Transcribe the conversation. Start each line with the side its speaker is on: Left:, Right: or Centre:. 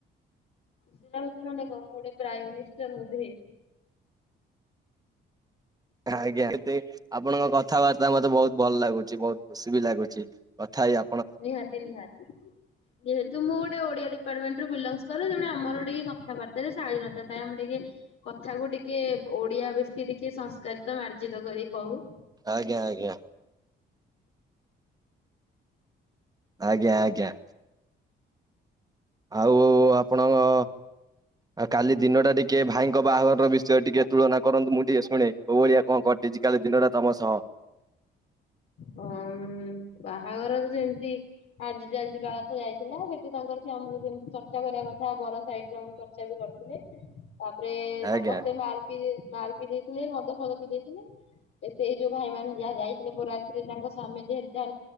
Left: <unintelligible> ମୁଁ ଗୋଟେ ପ୍ରାଇମ ମିନିଷ୍ଟର ବୋଧେ।
Right: ଆଜ୍ଞା କେତେ ଆପଣଙ୍କ କଥାବାର୍ତ୍ତା ମତେ ବହୁତ ଭଲ ଲାଗୁଛି ବହୁତ ଖୁସି ବି ଲାଗୁଛି। କଥା ହେଇ ଆ
Left: ନିହାତି ନିହାତି। ଯେହେତୁ ମୁଁ ଗୋଟେ ଓଡିଆ ଡିପାର୍ଟମେଣ୍ଟରୁ ବିଲଙ୍ଗସ କରେ ଜଣ ଆମର୍ ଟିକେ କଥାବାର୍ତ୍ତା ରେ ଶାଳୀନତା ଆମେ ଟିକେ କଥାକୁ ଟିକେ ଓଡିଆ ବେଶୀ ଟିକେ ସଂସ୍କାରିତ ମାର୍ଜିତ କରି କହୁ।
Right: ଆଜ୍ଞା ଆଜ୍ଞା। ଆଜ୍ଞା ଆଜ୍ଞା। ଆଉ ଆପଣଙ୍କ ଆଉ କାଲି ଦିନ ଟା ଟିକେ ଭାଇଙ୍କ ବାହାଘର ବିଷୟ ଟିକେ ତୁଳନା କରନ୍ତୁ ମୁଁ ଟିକେ ଶୁଣେ। କୋଉ ଭଳିଆ କଣ କଟିଛି କାଲି ଦିନଟା ତମ ସହ।
Left: ହଁ ବାହାଘର ତ ଯେମିତି ଆଜି ଚାଲି ଯିବା କଥା ଯାଇଥିଲା ସେଠି ତାଙ୍କର ସେ ଆମକୁ ଯେମିତି ଚର୍ଚ୍ଚା କରିବା କଥା ବର ସାଇଡ ଆମକୁ ଚର୍ଚ୍ଚା ବି କରିଥିଲେ। ତାପରେ ସମସ୍ତେ
Right: ଆଜ୍ଞା
Left: ମାଲପି ମାଲ ପିନ ଦେଇଥିଲେ ମଦ ଫଦ ପିଦେଇଥିଲେ ସେଇ ଯୋଉ ଭାଇ ମାନେ ଯାହା ଯାଇଥିଲେ ବାରଯା ତ୍ରି ସେ ତା